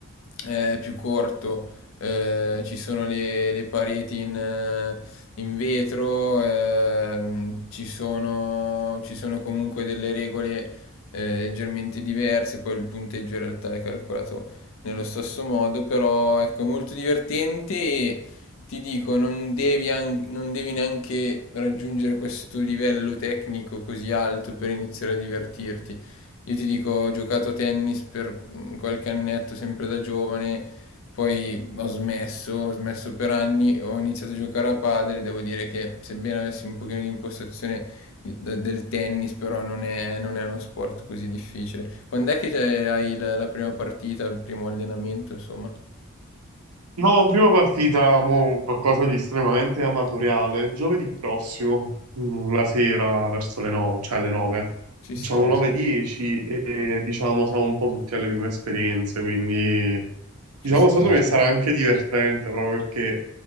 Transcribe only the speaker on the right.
No, prima partita, mo, qualcosa di estremamente amatoriale. Giovedì prossimo, mm, la sera verso le 9, cioè alle 9.
Facciamo
9-10 e diciamo siamo un po' tutti alle prime esperienze, quindi diciamo
secondo me sarà anche divertente proprio perché